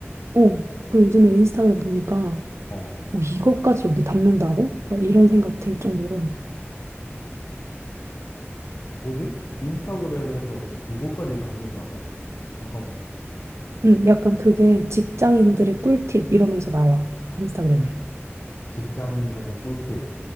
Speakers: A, on the right; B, on the left.
A: 어. 그 요즘에 인스타그램 보니까
B: 어.
A: 뭐 이것까지 여기 담는다고? 막 이런 생각 들 정도로.
B: 뭐지? 인스타그램에서 이거까지 담는다고? 잠깐만.
A: 응. 약간 그게 직장인들의 꿀팁 이러면서 나와. 인스타그램에.
B: 직장인들의 꿀팁.